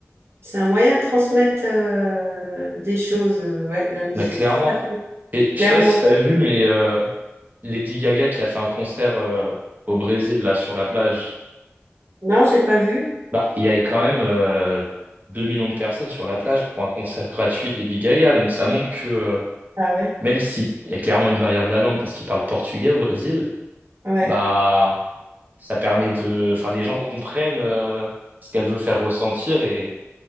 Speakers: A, on the right; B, on the right.
A: c'est un moyen de transmettre euh, des choses, euh, ouais, la musique,
B: Mais clairement.
A: tout à fait,
B: Et je
A: clairement.
B: sais pas si t'as vu, mais euh, Lady Gaga qui a fait un concert euh, au Brésil, là, sur la plage,
A: Non, j'ai pas vu.
B: bah, il y avait quand même euh, 2 millions de personnes sur la plage pour un concert gratuit de Lady Gaga. Donc ça montre que euh,
A: Ah ouais,
B: même s'il y a clairement une barrière de la langue parce qu'ils parlent portugais au Brésil,
A: ouais,
B: bah ça permet de. Enfin, les gens comprennent euh, ce qu'elle veut faire ressentir et,